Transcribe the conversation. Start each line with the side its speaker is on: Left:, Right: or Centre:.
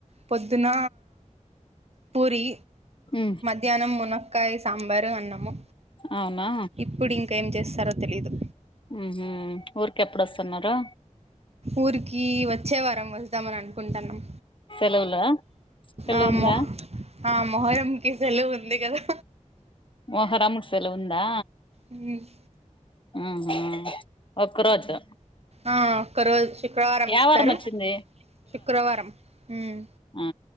Right: పొద్దున్న పూరి
Left: ఉహ్
Right: ధ్యనం మునక్కయ్ సాంబారు అన్నము
Left: అవునా
Right: ఇప్పుడ్ ఇంక ఏం చేస్తారో తెలీదు
Left: ఉహు ఊరికెప్పుడోస్తున్నారు
Right: ఊరికి వచ్చే వారం వస్దామన్ అనుకుంటన్నాం
Left: సెలవులా సెలవు
Right: ఆ
Left: ఉందా
Right: మొహ్ ఆ మొహరంకి సెలవుంది గదా
Left: మొహరము సెలువుందా
Right: ఊమ్
Left: ఉ హు ఒక్క రోజు
Right: ఆ ఒక్క రోజ్ శుక్రవారం
Left: యావారం
Right: ఇస్తారు
Left: వచ్చింది
Right: శుక్రవారం ఉమ్
Left: అ